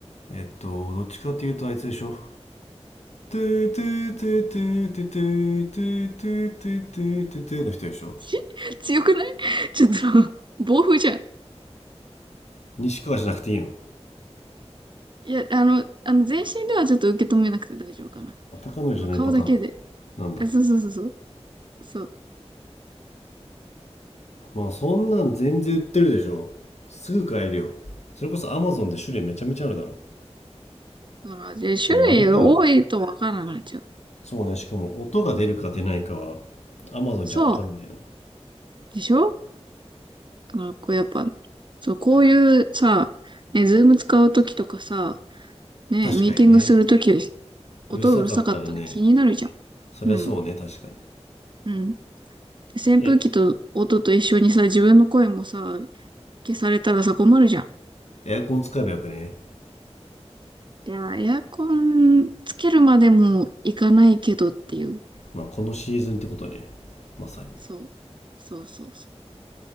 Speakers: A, on the left (about 80°); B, on the right (about 45°).
A: えっと、どっちかっていうとあいつでしょ。トゥートゥートゥートゥートゥートゥートゥートゥートゥートゥートゥーの人でしょ。
B: し強くないちょっと、暴風じゃん。
A: 西川じゃなくていいの
B: いや、あの、あの、全身ではちょっと受け止めなくて大丈夫かな。
A: 高野じゃないパターン
B: あ顔だけで。
A: なんだ
B: あそうそうそうそう。そう。
A: まあそんなん全然売ってるでしょすぐ買えるよそれこそアマゾンで種類めちゃめちゃあるだろ
B: だからで、種類多いとわからないじゃん。
A: でもあれかそうねしかも音が出るか出ないかはアマゾンじゃわかんないな
B: そう。でしょだからこうやっぱ、そう、こういうさ、ね、ズーム使うときとかさ、ね、
A: 確かにね
B: ミーティングするとき、音うるさかったら気になるじゃん。
A: うるさかったらねそりゃそうね確かに
B: うん。うん。で扇風機と音と一緒にさ、
A: え
B: 自分の声もさ、消されたらさ、困るじゃん。
A: エアコン使えばよくね
B: いや、エアコンつけるまでもいかないけどっていう。
A: まあこのシーズンってことねまさに
B: そう。そうそうそう。